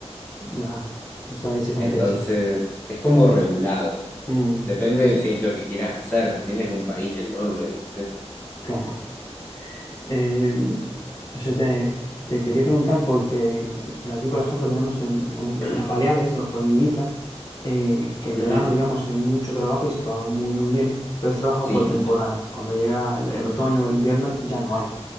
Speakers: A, on the left (about 35°); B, on the left (about 15°).
A: Ya. O sea, que se compensa.
B: Entonces, es como regulado.
A: Mm,
B: Depende de qué es lo que quieras hacer, también es un país enorme, ¿viste?
A: claro. Eh, eso te, te quería preguntar porque eh, aquí, por ejemplo, tenemos en, en,
B: <clears throat>
A: en las Baleares o, o en Ibiza, eh, que en verano,
B: Ujú,
A: digamos, hay mucho trabajo y se paga muy, muy bien, pero es trabajo
B: Sí,
A: por temporadas. Cuando llega el, el otoño o el invierno, ya no hay.